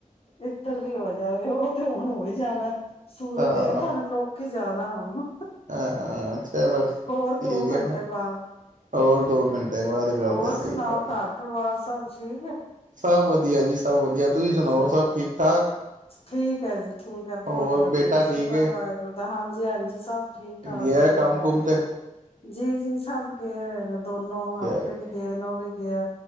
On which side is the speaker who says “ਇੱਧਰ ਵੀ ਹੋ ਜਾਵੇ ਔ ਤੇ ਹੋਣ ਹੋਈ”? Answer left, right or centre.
Left